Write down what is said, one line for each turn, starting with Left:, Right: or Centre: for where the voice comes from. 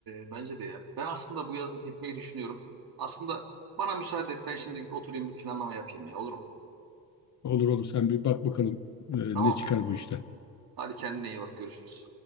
Right: e, bence de ya. Ben aslında bu yaz gitmeyi düşünüyorum. Aslında bana müsaade et ben şimdi oturayım bir planlama yapayım ya olur mu?
Left: Olur olur sen bir bak bakalım e, ne
Right: Tamam.
Left: çıkar bu işte.
Right: Hadi kendine iyi bak görüşürüz.